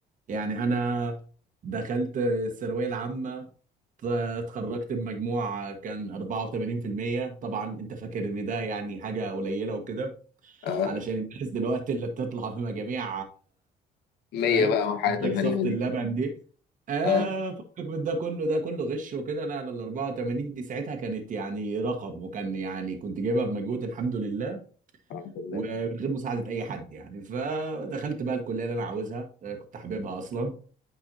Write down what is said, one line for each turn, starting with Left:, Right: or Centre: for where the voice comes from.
Right: يعني انا دخلت الثانويه العامه ت- اتخرجت بمجموع كان 84% طبعا انت فاكر ان ده يعني حاجه قليله وكده
Left: اه
Right: علشان الناس دلوقتي اللي بتطلع بمجاميع
Left: مية
Right: فاهم
Left: بقى والحالات
Right: انتاج
Left: الغريبة
Right: صفة
Left: دي
Right: اللبن دي آه
Left: اه
Right: فكك من ده كله ده كله غش وكده لا لا ال 84 دي ساعتها كانت يعني رقم وكان يعني كنت جايبها بمجهود الحمد لله
Left: الحمد لله
Right: ومن غير مساعدة أي حد يعني فدخلت بقى الكلية اللي أنا عاوزها آه، كنت حاببها أصلا